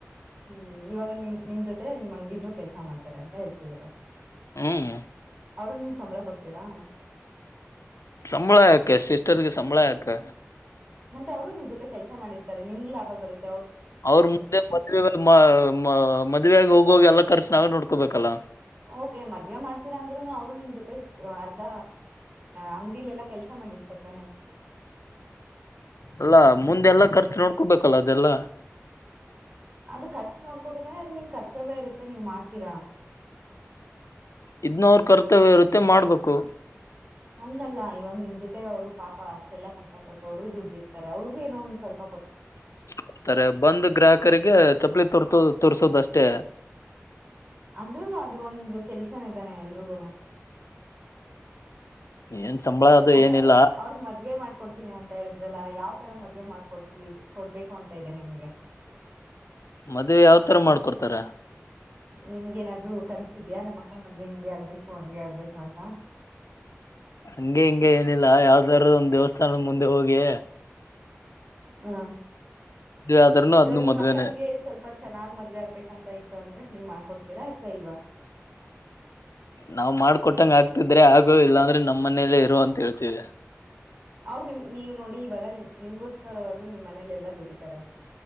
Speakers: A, on the right; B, on the left.
A: ಹ್ಮ್ ಇವಾಗ ನಿಮ್ ನಿಮ್ ಜೊತೆ ನಿಮ್ ಅಂಗ್ಡೀಲು ಕೆಲ್ಸ ಮಾಡ್ತಾರೆ ಅಂತ ಹೇಳ್ತಿದೀರಾ.
B: ಹ್ಮ್
A: ಅವರುಗ್ ನೀವ್ ಸಂಬಳ ಕೊಡ್ತೀರಾ?
B: ಸಂಬಳ ಯಾಕೆ ಸಿಸ್ಟರ್ಗೆ ಸಂಬಳ ಯಾಕೆ?
A: ಮತ್ತೆ ಅವರು ನಿಮ್ ಜೊತೆ ಕೆಲಸ ಮಾಡರ್ತಾರೆ ನಿಮ್ಗ್ ಲಾಭ ಬರುತ್
B: ಅವ್ರ್ ಮುಂದೆ ಮದುವೆ ಒಂದ್ ಮ ಮ ಮದ್ವೆ ಆಗ್ ಹೋಗೋವಾಗ್ ಎಲ್ಲ ಕರ್ಸ್ ನಾವೇ ನೋಡ್ಕೊಬೇಕಲ್ಲ.
A: ಓಕೆ ಮದ್ವೆ ಮಾಡ್ತೀರಾ ಅಂದ್ರುನೂ ಅವ್ರು ನಿಮ್ ಜೊತೆ ಅರ್ಧ ಅಂಗ್ಡಿಲೆಲ್ಲಾ ಕೆಲ್ಸ ಮಾಡಿರ್ತಾರೆ ತಾನೆ?
B: ಅಲ್ಲಾ ಮುಂದೆಲ್ಲ ಖರ್ಚ್ ನೋಡ್ಕೊಬೇಕಲ್ಲ ಅದೆಲ್ಲ
A: ಅದು ಖರ್ಚ್ ನೋಡ್ಕೋಬೇಕಂದ್ರೆ ಅದ್ ನಿಮ್ ಕರ್ತವ್ಯ ಇರುತ್ತೆ ನೀವ್ ಮಾಡ್ತೀರಾ.
B: ಇದ್ನು ಅವ್ರ್ ಕರ್ತವ್ಯ ಇರುತ್ತೆ ಮಾಡ್ಬೇಕು.
A: ಅಂಗಲ್ಲ ಇವಾಗ್ ನಿಮ್ ಜೊತೆಗ್ ಅವ್ರು ಪಾಪ ಅಷ್ಟೆಲ್ಲಾ ಕಷ್ಟಪಟ್ಟು ಅವ್ರುಾ ದುಡ್ದಿರ್ತಾರೆ ಅವ್ರ್ ಗೂ ಏನೋ ಒಂದ್ ಸ್ವಲ್
B: ಮಾಡ್ತಾರೆ ಬಂದ್ ಗ್ರಾಹಕರಿಗೆ ಚಪ್ಲಿ ತೋರ ಸೋದ ಅಷ್ಟೇ
A: ಅಂದ್ರುನು ಅದು ಒಂದು ಕೆಲ್ಸನೇ ತಾನೆ ಎಲ್ರಿಗೂನು
B: ಏನ್ ಸಂಬಳ ಅದು ಏನಿಲ್ಲ
A: ಸರಿ ಅವ್ರಗ್ ಮದ್ವೆ ಮಾಡ್ಕೊಡ್ತೀನಿ ಅಂತ ಹೇಳಿದ್ರಲ್ಲ ಯಾವ್ ತರ ಮದ್ವೆ ಮಾಡ್ಕೊಡ್ತೀ ಕೊಡ್ಬೇಕು ಅಂತ ಇದೆ ನಿಮ್ಗೆ
B: ಮದ್ವೆ ಯಾವತರ ಮಾಡ್ಕೊಡತಾರೆ
A: ನಿಮ್ಗೆೇ ಏನಾದ್ರು ಕನಸಿದೆಯಾ ನಮ್ಮ ಅಕ್ಕನ ಮದ್ವೆ ಹಿಂಗೆ ಆಗ್ಬೇಕು ಹಂಗೆ ಆಗ್ಬೇಕು ಅಂತ.
B: ಹಂಗೆ ಹಿಂಗೆ ಏನಿಲ್ಲ ಯಾವ್ದಾರ್ದು ಒಂದ್ ದೇವಸ್ಥಾನದ ಮುಂದೆ ಹೋಗಿ
A: ಹ್ಮ
B: ಮದ್ವೆ ಆದ್ರೂನು
A: ಇವಾಗ
B: ಅದ್ನು
A: ನಿಮ್
B: ಮದ್ವೆನೆ
A: ಅಕ್ಕನ್ಗೆ ಸ್ವಲ್ಪ ಚೆನ್ನಾಗ್ ಮದ್ವೆ ಆಗ್ಬೇಕಂತ ಇತ್ತು ಅಂದ್ರೆ ನೀವ್ ಮಾಡ್ಕೊಡ ತೀರಾ ಆಯತ್ವಾ ಇಲ್ವಾ
B: ನಾವ್ ಮಾಡ್ಕೊಟ್ಟಂಗ ಆಗ್ತಿದ್ರೆ ಆಗು ಇಲ್ಲಾಂದ್ರೆ ನಮ್ಮ್ ಮನೇಲ್ಲೇ ಇರು ಅಂತ ಹೇಳ್ತೀವಿ
A: ಅವರು ನಿಮ್ ನೀವ್ ನೋಡಿ ಇವಾಗ ನಿಮ್ ನಿಮ್ಗೋಸ್ಕರ ಅವರು ನಿಮ್ ಮನೇಲೆ ಎಲ್ಲಾ ದುಡಿತಾರೆ